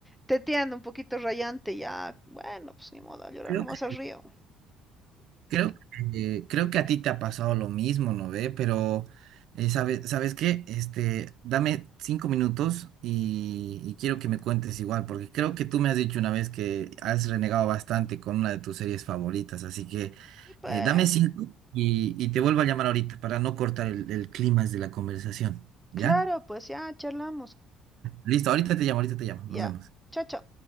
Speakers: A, in the centre; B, on the right (about 60°).
A: Te entiendo, un poquito rayante, ya. Bueno, pues ni modo, a llorar
B: Creo
A: nomás
B: que
A: al río.
B: Creo que, eh, creo que a ti te ha pasado lo mismo, ¿no ve? Pero, eh, ¿sabe- ¿sabes qué? Este, dame cinco minutos y, y quiero que me cuentes igual, porque creo que tú me has dicho una vez que has renegado bastante con una de tus series favoritas, así que
A: Y pues,
B: eh, dame cinco y, y te vuelvo a llamar ahorita para no cortar el, el clima de la conversación, ¿ya?
A: claro, pues ya charlamos.
B: Listo, ahorita te llamo, ahorita te llamo,
A: Ya,
B: nos vemos.
A: chao, chao.